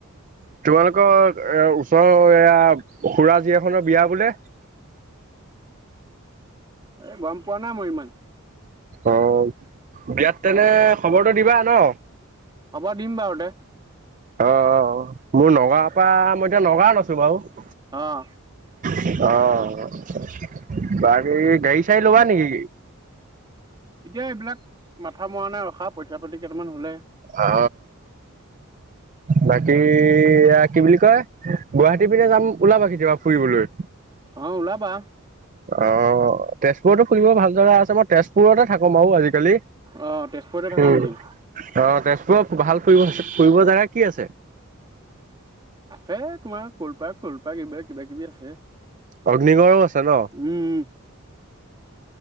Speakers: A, on the right (about 35°); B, on the right (about 20°).
A: তোমালোকৰ এ ওচৰৰ এয়া খুৰা জীয়াখনৰ বিয়া বোলে?
B: এ, গম পোৱা নাই মই ইমান।
A: অ, বিয়াত তেনে খবৰটো দিবা ন?
B: খবৰ দিম বাৰু দে।
A: অহ, মোৰ নগাঁৱৰ পৰা, মই এতিয়া নগাঁৱত আছোঁ বাৰু
B: আহ'।
A: অহ '। বাৰু এই গাড়ী চাড়ী ল'বা নেকি?
B: এতিয়া এইবিলাক মাথা মৰা নাই ৰখা পইচা পাতি কেইটামান হ'লে
A: অ, বাকী এয়া কি বুলি কয় গুৱাহাটী পিনে যাম উলাবা কেতিয়াবা ফুৰিবলৈ।
B: অ, ওলাবা।
A: অ, তেজপুৰতো ফুলিব ভাল জেগা আছে মই তেজপুৰতে থাকোম বাৰু আজি কালি
B: অ তেজপুৰতে থাকা
A: উম,
B: নেকি
A: অ, তেজ ভাল ফুৰিব হৈছে ফুৰিব জাগা কি আছে?
B: সেই তোমাৰ কৰপা কৰপা এইবিলাক কিবা কিবি আছে।
A: অগ্নিগড়ো আছে ন <inaudible>
B: উম